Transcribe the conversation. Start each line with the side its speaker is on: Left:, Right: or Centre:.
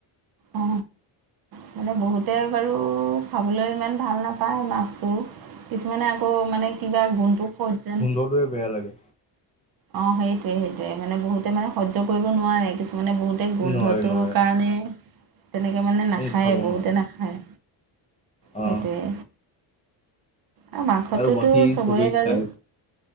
Right: অ। মানে বহুতে বাৰু খাবলৈ ইমান ভাল নাপায় মাছটো। কিছুমানে অ মানে কিবা গুণটো ক'ত যেন।
Left: সকলোৰে বেয়া লাগে।
Right: অ সেইটোৱে সেইটোৱে মানে বহুতে মানে সহ্য কৰিব নোৱাৰে। কিছুমানে বহুত তে গোন্ধটোৰ
Left: নোৱাৰে নোৱাৰে
Right: কাৰণে তেনেকে মানে নাখায়েই
Left: খাব
Right: বহুতে
Left: নোৱাৰে
Right: নাখায়।
Left: অ
Right: সেইটোৱে। অ মাংসটোতো
Left: আৰু বাকী
Right: চবৰে
Left: চবেই
Right: বাৰু,
Left: খায়